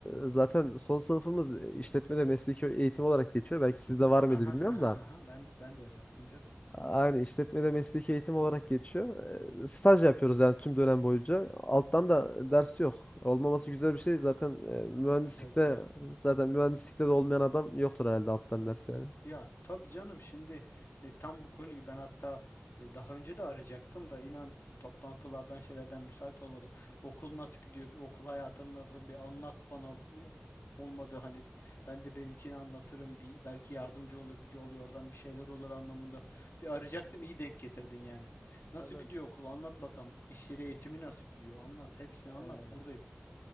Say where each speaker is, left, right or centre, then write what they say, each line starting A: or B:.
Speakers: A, on the left; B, on the left.
A: e, zaten son sınıfımız işletmede mesleki eğitim olarak geçiyor. Belki sizde var mıydı
B: Aha
A: bilmiyorum
B: aha
A: da.
B: aha. Ben de, ben de öyle yaptım canım.
A: Aynı işletmede mesleki eğitim olarak geçiyor. Eee, Staj yapıyoruz yani tüm dönem boyunca. Alttan da ders yok. Olmaması güzel bir şey. Zaten eee, mühendislikte
B: E, Güzel güzel.
A: zaten mühendislikte de olmayan adam yoktur herhalde alttan ders yani.
B: Ya tabii canım şimdi e, tam bu konuyu ben hatta e, daha önce de arayacaktım da inan toplantılardan şeylerden müsait olmadı. Okul nasıl gidiyor? Bir okul hayatın nasıl? Bir anlat bana. Bir- olmadı hani ben de benimkini anlatırım. Bir belki yardımcı olur bir yol yordan bir şeyler olur anlamında. Bir arayacaktım iyi denk getirdin yani. Nasıl
A: Hemen
B: gidiyor okul? Anlat bakalım. İş yeri eğitimi nasıl gidiyor? Anlat hepsini anlat.
A: eee
B: Buradayım.